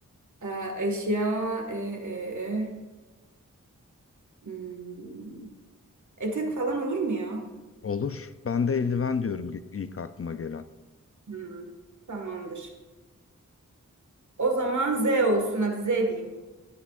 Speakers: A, on the right (about 65°); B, on the left (about 45°).
A: E, eşya, e, e, e. Hmm, etek falan olur mu ya?
B: Olur. Ben de eldiven diyorum ilk aklıma gelen.
A: Hmm, tamamdır. O zaman Z olsun. Hadi Z diyeyim.